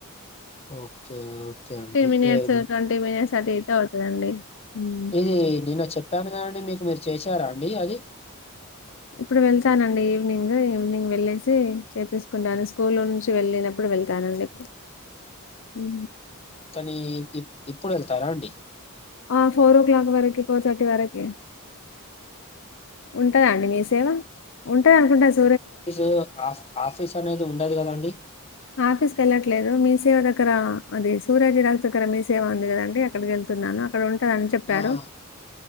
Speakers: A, on the left; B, on the left.
A: ఓ కే ఓకే అండి
B: మినిట్స్,
A: ఏం
B: మినిట్స్ అటు ఇటు అవుతదండి. హ్మ్.
A: ఇది నిన్న చెప్పాన్ కదండి మీకు మీర్ చేసారా అండి అది
B: ఇప్పుడు వెళ్తానండి ఈవినింగు ఈవినింగ్ వెళ్ళేసి చేపీస్కుంటాను స్కూలో నుంచి వెళ్ళినపుడు వెల్తనండి ఉ
A: కానీ ఇ ఇప్ ఇప్పుడ్ ఎళ్తారా అండి
B: ఆ ఫోర్ ఓ క్లాక్ వరకి ఫోర్ తట్టీ వరకి ఉంటదా అండి మీ సేవ ఉంటదన్కుంటా స్
A: ఫిసు ఆఫ్ ఆఫీస్ అనేది ఉండదిగదాండి
B: ఆఫీస్ కెళ్ళట్లేదు మీ సేవ దగ్గర అది సూరజ్ రైస్ దగ్గర మీ సేవ ఉందికదండి అక్కడికేళ్త్ తున్నాను అక్కడ ఉంటదన్ చెప్పారు
A: ఆహా!